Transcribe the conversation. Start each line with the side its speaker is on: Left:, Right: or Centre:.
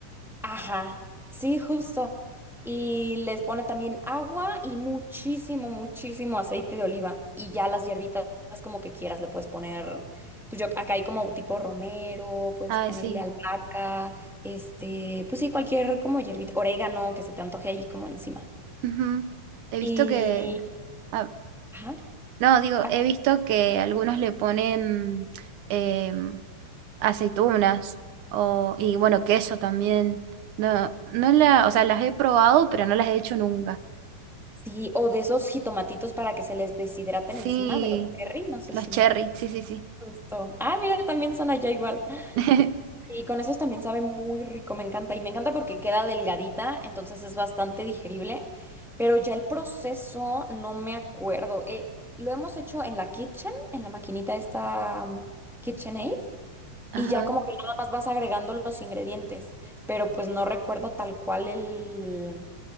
Centre: Ajá, sí, justo. Y les pone también agua y muchísimo, muchísimo aceite de oliva. Y ya las hierbitas como que quieras, le puedes poner, pues yo acá hay como tipo romero, puedes
Right: Ah,
Centre: ponerle
Right: sí.
Centre: albahaca, este, pues sí, cualquier como hierbita, orégano que se te antoje ahí como encima.
Right: Ujú. He visto
Centre: Y,
Right: que... ah,
Centre: ajá,
Right: no, digo,
Centre: ah,
Right: he visto que algunos le ponen em, aceitunas o, y bueno, queso también. No, no la, o sea, las he probado, pero no las he hecho nunca.
Centre: sí, o de esos jitomatitos para que se les deshidraten
Right: Sí,
Centre: encima de los cherry, no sé
Right: los
Centre: si.
Right: cherry, sí, sí, sí.
Centre: Justo. Ah, mira, también son allá igual.
Right: <laughs>
Centre: Y con esos también sabe muy rico, me encanta. Y me encanta porque queda delgadita, entonces es bastante digerible. Pero ya el proceso no me acuerdo. Eh, lo hemos hecho en la kitchen, en la maquinita esta mm, KitchenAid. Y
Right: Ajá.
Centre: ya como que nada más vas agregando los ingredientes. Pero pues no recuerdo tal cual el,